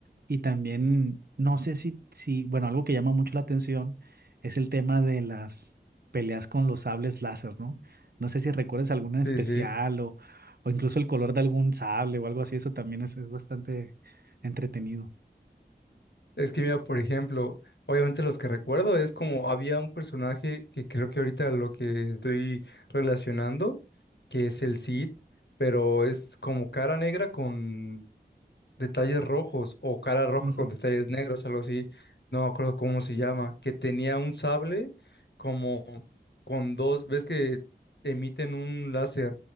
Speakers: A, on the right; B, on the left.
A: Y también, no sé si, si, bueno, algo que llama mucho la atención es el tema de las peleas con los sables láser, ¿no? No sé si recuerdas alguna en especial
B: Sí, sí.
A: o, o incluso el color de algún sable o algo así, eso también es, es bastante entretenido.
B: Es que mira, por ejemplo, obviamente los que recuerdo es como había un personaje que creo que ahorita lo que estoy relacionando, que es el Cid, pero es como cara negra con detalles rojos o cara roja
A: Ujú.
B: con detalles negros, algo así, no me acuerdo cómo se llama, que tenía un sable como con dos, ves que emiten un láser,